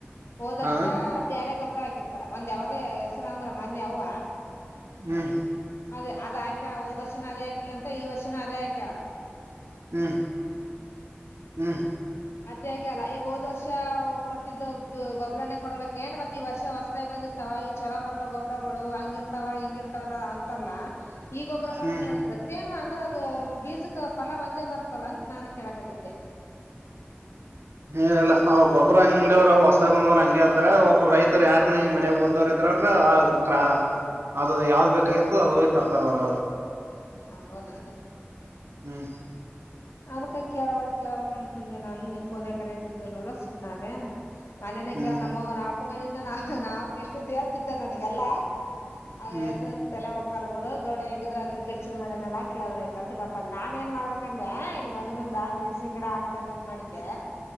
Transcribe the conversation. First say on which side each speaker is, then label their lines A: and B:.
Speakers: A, on the left; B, on the right.
A: ಹೋದರ್ಷ
B: ಹಾ
A: ಬೇರೆ ಗೊಬ್ಬ್ರ ಹಾಕಿರ್ತಾರ ಒಂದ್ ಯಾವದ ಹೆಸರು ಅಂದ್ರ ಮೊನ್ನೆ ಅವ
B: ಹ್ಮ್
A: ಅದೇ ಅದಕ್ಯ ಹದ ವರ್ಷ ಅದೇ ಹಾಕಿಲ್ಲಂತ ಈ ವರ್ಷನ ಅದೇ ಆಕ್ಯ
B: ಹ್ಮ್ ಹ್ಮ್
A: ಮತ್ತೆ ಯಾಕೆ ಅಲ್ಲ ಈಗ ಹೋದ್ ವರ್ಷ ಕೊಟ್ಟಿದ್ದು ಗೊಬ್ಬರನೇ ಕೊಡ್ಬೇಕಏನ್ ಮತ್ತೆ ಈ ವರ್ಷ ಹೊಸತಾಯ ಬಂದಿರ್ತಾವ ಚೊಲರ ಬರ್ತಾವ ಗೊಬ್ಬ್ರಗಳು ಹಂಗಿ ಇರ್ತಾವ ಹಿಂಗ ಇರ್ತವಲ್ಲ ಅಂತ ಲ್ಲಾ ಈಗೊಬ್ರ ಕೊಟ್ರ
B: ಹ್ಮ್
A: ನಡತ ಸೇಮ್ ಅಂದ್ರೆ ಅದು ಬೀಜಕ್ ಫಲ ಒಂದೇ ಬರ್ತ್ತಲ್ಲ ಅಂತ ನಾನ ಕೇಳಕದಿದ್ದೆ
B: ಹ ಅವ್ರಗೊಬ್ಬರು ಅಂಗಡಿಯವ್ಹೊಸತಾಗ ಬಂದರು ಹಂಗಗೆ ಹತ್ತತರ ಒಬ್ಬ ರೈತರು ಯಾರಾರ್ ಹಂಗ ಮನ್ಗ ಓದವ್ರರು ದ್ರ ಆ ಕ್ರಾ ಅದು ಯಾವ್ದ್ ಬೇಕಾಗಿರ್ತೋ ಅದ ತರ್ತಾರ ಅವ್ರ
A: ಹದಾನ
B: ಹ್ಮ್
A: ಅದ್ಕ ಕೇಳ್ಬಕ್ ಕೇಳ್ಬಕ್ ಅನ್ಪಂದೆ ನಾನು ನಿಮ್ ಪಫೋನ್ಕರೆನ್ದಲ್ಲ ಸುಮ್ ಅದೇ ಮನನೆ
B: ಹ್ಮ್
A: ಕೇಳ ನಮ್ಮ ನಾಪ ಗಂ ಇದನ ನಾ ನಾಪ ಇಷ್ಟು ದೇತ್ ಇದ್ದ ನನಗೆಲ್ಲಾ ಆ
B: ಹ್ಮ್
A: ಎಳದ ತಲೆ ಒತ ಕಲಬೋಡು ಗೌಡ ಹೆಂಗಿದ್ರರು ಅ್ರಕಲ್ಚರ್ ಮಾಡನೆಲ್ಲಾ ಕೇಳಿದ್ರ ಆಯ್ತ ಅಂತ ಗಪ್ಪ ಅ ನಾನ್ ನ್ ಮಾಡ್ಬೇಕಂತ ಇಲ್ಲಿ ಮನೆ ಮುಂದಾ ಮೆಣ್ಸಿನ್ ಗಿಡ ಆಕಾರ ತತ್ ಮಾಡಿದ್ದೆ